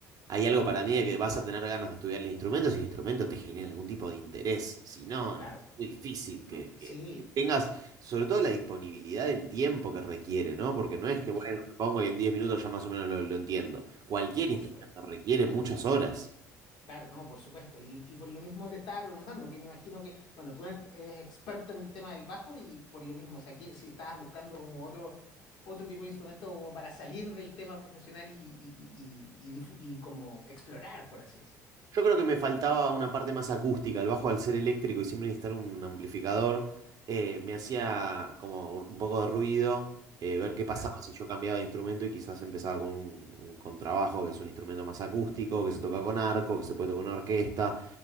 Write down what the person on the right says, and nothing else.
hay algo para mí de que vas a tener ganas de estudiar el instrumento si el instrumento te genera algún tipo de interés. Si no,
es muy difícil que,
que-
que tengas, sobre todo la disponibilidad del tiempo que requiere, ¿no? Porque no es que,
bueno,
me pongo y en 10 minutos ya más o menos lo, lo entiendo. Cualquier
instrumento
requiere muchas horas.
Yo creo que me faltaba una parte más acústica. El bajo al ser eléctrico y siempre necesitar un amplificador, eh, me hacía como un poco de ruido, eh, ver qué pasaba
si yo cambiaba de instrumento y quizás empezaba con un, un contrabajo, que es un instrumento más acústico, que se toca con arco, que se puede tocar con orquesta.